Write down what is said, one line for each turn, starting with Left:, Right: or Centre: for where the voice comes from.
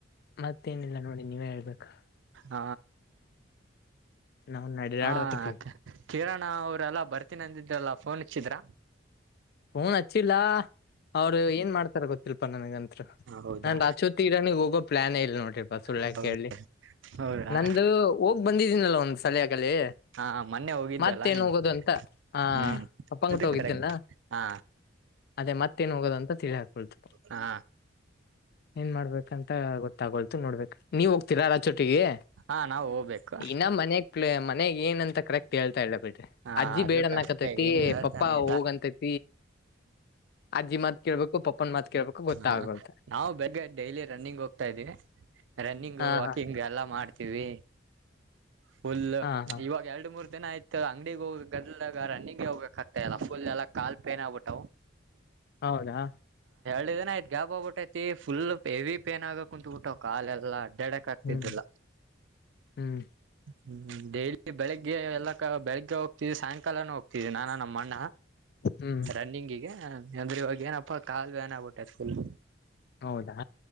Left: ಮತ್ತೇನಿಲ್ಲ ನೋಡಿ ನೀವೇ ಹೇಳ್ಬೇಕಾ
Right: ಹ
Left: ನಾವು ನಡ
Right: ಹ
Left: ಆಡ್ಬೇಕರ್ತೀವಿ
Right: ಕಿರಣ ಅವ್ರಲ್ಲ ಬರ್ತೀನಿ ಅಂದಿದ್ರಲ್ಲ ಫೋನ್ ಇಚ್ಚಿದ್ರ
Left: ಫೋನ್ ಹಚ್ಚಿಲ್ಲ ಅವ್ರು ಏನ್ ಮಾಡ್ತಾರ ಗೊತ್ತಿಲ್ಪಾ ನನ್ಗಂತ
Right: ಹೌದಾ
Left: ನನ್ ಅಚೋತಿ ಇರನಗ್ ಹೋಗೋ ಪ್ಲಾನ್ ಇಲ್ ನೋಡ್ರಿ ಬ ಸುಳ್ಳ್ಯ
Right: ಹೌ
Left: ಕೇಳಿ
Right: ಹೌದಾ
Left: ನಂದು ಹೋಗ್ ಬಂದಿದ್ದೀನಲ್ಲ ಒಂದು್ ಸಲಾ ಅಲ್ಲಿ
Right: ಹಾ ಮೊನ್ನೆ ಹೋಗಿದ್ದ್ಯಲ್ಲ
Left: ಮತ್ತೇನ್
Right: ನೀವು
Left: ಹೋಗೋದು ಅಂತ ಆ
Right: ಹ್ಮ್
Left: ಅಪ್ಪ ಅಂಗಟ್ಟು
Right: ಅದು
Left: ಹೋಗಿದ್ದೆನಾ
Right: ಕರೆಕ್ಟ್ ಹಾ
Left: ಅದೇ ಮತ್ತೇನ್ ಹೋಗೋದ ಅಂತ ತಿಳಿಹಾಕೊಳ್ತು
Right: ಹಾ
Left: ಏನ್ ಮಾಡ್ಬೇಕಂತ ಗೊತ್ತಾಗೋಲ್ತು ನೋಡ್ಬೇಕಕ್ ನೀವೋಗ್ ತಿರಾರೋಟಿಗೆ
Right: ಹಾ ನಾವು ಹೋಗ್ಬೇಕು
Left: ಇನ್ನ ಮನೆ ಮನೆಗ್ ಏನಂತ ಕರೆಕ್ಟ್ ಹೇಳ್ತಾ ಇಲ್ಲ ಬಿಟ್ರ
Right: ಹಾ
Left: ಅಜ್ಜ
Right: ಅದು
Left: ಬೇಡನ್ನಾಕತತಿ
Right: ಕರೆಕ್ಟ್ ಏನು ಹೇಳ್ತಾನೆ
Left: ಪಪ್ಪಾ
Right: ಇಲ್ಲ
Left: ಹೋಗಂತೈತಿ ಅಜ್ಜಿ ಮಾತ್ ಕೇಳ್ಬೇಕು ಪಪ್ಪನ್ ಮಾತ್ ಕೇಳ್ಬೇಕು ಗೊತ್ತಾಗೋಲ್ತ
Right: ಹ ನಾವು ಬೇಗ್ ಡೈಲಿ ರನ್ನಿಂಗ್ ಹೋಗ್ತಾ ಇದ್ದೀವಿ ರನ್ನಿಂಗ್
Left: ಹಾ
Right: ವಾಕಿಂಗ್
Left: ಹಾ
Right: ಎಲ್ಲಾ ಮಾಡ್ತೀವಿ ಫುಲ್
Left: ಹಾ ಹಾ
Right: ಇವಾಗ ಎರಡು ಮೂರು ತೆನಾಆಯ್ತ ಅಂಗಡಿಗೆ ಹೋಗ ಗದಲ ರನ್ನಿಿಗೆಗೆ ಹೋಗ್ಕಕ್ ಆತಲ್ಲ ಫುಲ್ ಎಲ್ಲ ಕಾಲ್ ಪೇನ್ ಆಗ್ಬಿಟ್ಟಾವು
Left: ಹೌದಾ
Right: ಇದಏನ ಯ್ತ್ ಗ್ಯಾಪ್ ಆಬಿಟ್ಟೈಐತಿ ಫುಲ್ ಹೆವಿ ಪೇನ್ ಆಗಕ್ ಕುಂತತ್ ಬಿಿಟ್ಟ್ ಕಾಲ ಎಲ್ಲ ಅಡ್ಯಾಡಕ್ ಆಗ್ತಿದ್ದಿಲ್ಲ
Left: ಹ್ಮ್ ಹ್ಮ್
Right: ಹ್ಮ್ ಡೈಲಿ ಬೆಳಿಗ್ಗೆ ಎಲ್ಲಕ ಬೆಳಿಗ್ಗೆ ಹೋಗ್ತಿದವಿ ಸಾಯಂಕಾಲನೂ ಹೋಗ್ತಿದವಿ ನಾನ ನಮ್ಮ ಅಣ್ಣ
Left: ಹ್ಮ್
Right: ರನ್ನಿಂಗಿಗೆ ಅಂದ್ರೆ ಇವಾಗ ಏನಪ್ಪಾ ಕಾಾಲುವ ನ್ ಆಗ್ಬಿಟ್ಟೆ ಫುಲ್
Left: ಹೌದಾ